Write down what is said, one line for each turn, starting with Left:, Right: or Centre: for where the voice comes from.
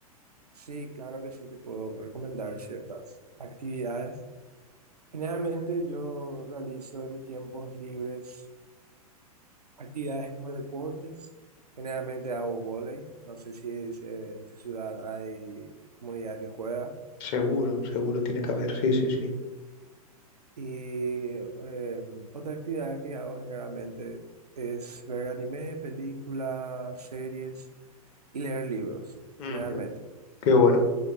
Right: Sí, claro que sí, te puedo recomendar ciertas actividades. Generalmente yo realizo en mis tiempos libres actividades como deportes. Generalmente hago vóley. No sé si es- eh, en tu ciudad hay comunidad que juega.
Left: Seguro, seguro, tiene que haber, sí, sí, sí.
Right: Y eh, otra actividad que hago generalmente es ver anime, películas, series y leer libros,
Left: Ujú,
Right: generalmente.
Left: Qué bueno.